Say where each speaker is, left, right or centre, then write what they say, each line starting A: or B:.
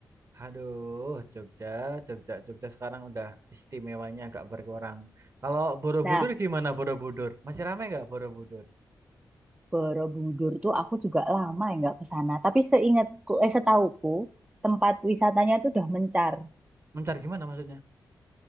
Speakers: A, on the right; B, on the right.
A: Aduh, Jogja, Jogja, Jogja sekarang udah istimewanya agak berkurang. Kalau Borobudur
B: Nah,
A: gimana Borobudur? Masih ramai nggak Borobudur?
B: Borobudur tuh aku juga lama ya nggak ke sana. Tapi seingatku, eh setauku, tempat wisatanya tuh udah mencar.
A: Mencar gimana maksudnya?